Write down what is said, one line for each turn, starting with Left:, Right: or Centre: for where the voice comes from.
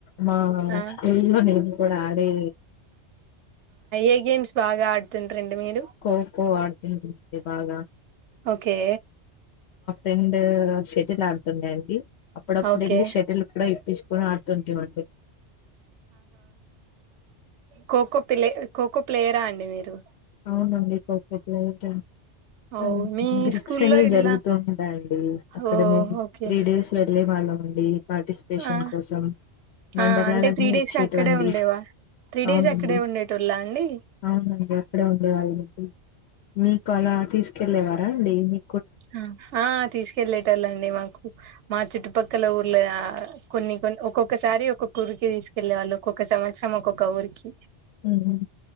Left: మా
Right: ఆ
Left: స్కూలో నేను కూడా ఆడే
Right: ఏ గేమ్స్ బాగా ఆడుతుంటారండి మీరు
Left: ఖోఖో ఆడుతుంటుండి బాగా
Right: ఓకే
Left: రెండు షెటిల్ ఆడుతుండే అండి అప్పుడప్పుడు
Right: ఓకే
Left: వెళ్ళి షటిల్ కూడా ఇప్పించుకొని ఆడుతుంటిమండి
Right: ఖో ఖో ప్లే ఖోఖో ప్లేయరా అండి మీరు
Left: అవునండి ఖో ఖో ప్లేయర్
Right: అవు
Left: ఆ
Right: మీ
Left: గ్రిక్స్
Right: స్కూల్లో
Left: అని
Right: ఇట్లా
Left: జరుగుతుంటాండి అక్కడ
Right: ఓ
Left: మేము
Right: ఓకే
Left: త్రీ డేస్ వెళ్ళి వాళ్ళమండి. పాటిస్పేషన్
Right: ఆ
Left: కోసం మండలాలన్నీ
Right: ఆ అంటే త్రీ డేస్
Left: వచ్చేట్వండి
Right: అక్కడే ఉండేవా త్రీ డేస్
Left: ఔనండి
Right: అక్కడే ఉండేటోళ్ళ అండి
Left: ఔనండి. క్కడే ఉండేవాళ్ మొత్తం. మీకు అలా తీస్కెళ్ళేవా. అ డైలీ.
Right: హ ఆ తీస్కెళ్లేటోల్లండి మాకు. మా చుట్టుపక్కల ఊర్లె ఆ. కొన్ని కొన్ ఒకొక్. క్కసారి ఒకొక్ కుర్కి దీస్కెళ్ళే వాళ్ళు ఒక్కొక్క సంవత్సరం ఒక్కొక్క ఊరికి.
Left: మ్మ్